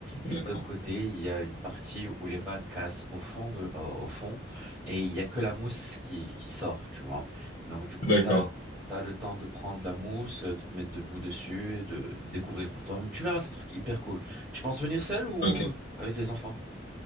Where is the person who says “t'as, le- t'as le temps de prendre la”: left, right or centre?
Centre